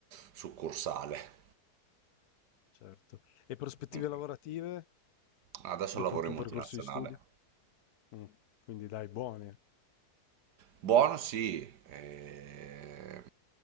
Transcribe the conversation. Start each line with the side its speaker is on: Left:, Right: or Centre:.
Right: succursale.
Left: certo. E prospettive
Right: Mm.
Left: lavorative
Right: Adesso
Left: dopo
Right: lavoro
Left: il tuo
Right: in
Left: percorso
Right: multinazionale.
Left: di studio? Mm, Quindi dai, buone.
Right: Buono sì, ehm,